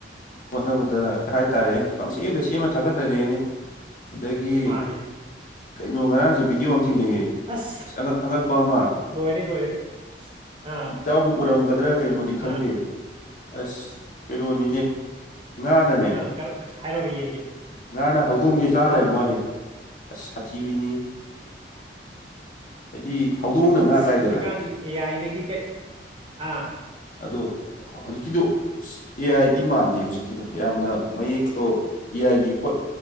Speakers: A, on the left; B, on the right.
A: ꯍꯣꯠꯅꯕꯗ ꯀ ꯍꯥꯏꯇꯥꯔꯦ ꯀꯥꯡꯪꯁ ꯑꯃꯗ ꯁꯦꯝꯃ ꯊꯥꯒꯠꯅꯔꯤꯛꯅꯤ ꯑꯗꯒꯤ
B: ꯃꯥꯅꯦ
A: ꯀꯩꯅꯣ ꯉꯔꯥꯡꯁꯦ ꯚꯤꯗꯤꯑꯣ ꯑꯝ ꯊꯅꯦꯩꯌꯦ
B: ꯑꯁ
A: ꯑ ꯑꯉꯛꯄ ꯑꯃ
B: ꯂꯣꯏꯔꯦ ꯂꯣꯏꯔꯦ ꯑꯥ
A: ꯏꯇꯥꯎꯕꯨ ꯎꯔꯝꯒꯗ꯭ꯔꯥ ꯀꯩꯅꯣꯗꯤ ꯈꯪꯗꯦ
B: ꯑꯥ
A: ꯑꯁ ꯀꯩꯅꯣꯅꯤꯅꯦ ꯉꯥꯅꯅꯦ
B: ꯑꯥ ꯀꯔꯣ ꯍꯥꯏꯔꯛꯑꯣꯅꯦ ꯌꯦꯡꯒꯦ
A: ꯉꯥꯅ ꯍꯧꯗꯣꯡꯁꯦ ꯆꯥꯔꯔ
B: ꯑꯥ
A: ꯃꯥꯣꯅꯦ ꯑꯁ ꯁꯥꯊꯤꯕꯅꯤ ꯍꯥꯏꯗꯤ ꯍꯧꯗꯣꯡꯅ ꯉꯥ
B: ꯑꯁ
A: ꯆꯥꯏꯗꯅ
B: ꯍꯧꯖꯤꯛꯀꯥꯟꯗꯤ ꯑꯦ ꯑꯥꯏꯗꯒꯤ ꯀꯩ ꯑꯥ
A: ꯑꯗꯣ ꯍꯧꯖꯤꯛꯀꯤꯗꯣ ꯑꯦ ꯑꯥꯏꯗꯤ ꯃꯥꯟꯗꯦ ꯍꯧꯖꯤꯛꯀꯤꯗꯣ ꯌꯥꯝꯅ ꯃꯌꯦꯛꯇꯣ ꯑꯦ ꯑꯥꯏꯒꯤ ꯄꯣꯠ